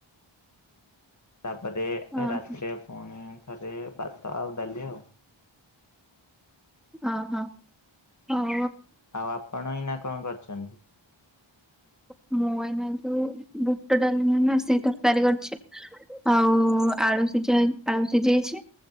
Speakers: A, on the left; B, in the centre.
A: ତାପରେ
B: ଅ
A: ରାତିରେ ପୁଣି ତାପରେ ଭାତ ଆଉ ଡାଲି ଆଉ।
B: ଓ ହୋ ହ।
A: ଆଉ ଆପଣ ଏଇଁନା କଣ କରିଛନ୍ତି?
B: ହ <inaudible> <unintelligible> ମୁଁ ଏଇନା ଯୋଉ ବୁଟ ଡାଲି ନାଇ ନା ସେଇ ତରକାରୀ କରିଛି ଆଉ ଆଳୁ ସିଝହେ ଆଉ ସିଯେଇଚି।